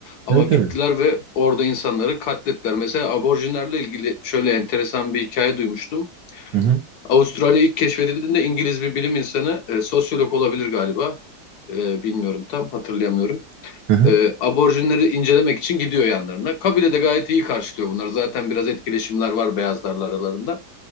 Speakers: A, on the left; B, on the right.
A: Ama
B: Tabii
A: gittiler
B: tabii.
A: ve orada insanları katlettiler. Mesela aborjinlerle ilgili şöyle enteresan bir hikaye duymuştum.
B: Hı hı.
A: Avustralya ilk keşfedildiğinde İngiliz bir bilim insanı, e, sosyolog olabilir galiba. E, bilmiyorum tam hatırlayamıyorum.
B: Hı hı.
A: E, aborjinleri incelemek için gidiyor yanlarına. Kabile de gayet iyi karşılıyor bunları. Zaten biraz etkileşimler var beyazlarla aralarında.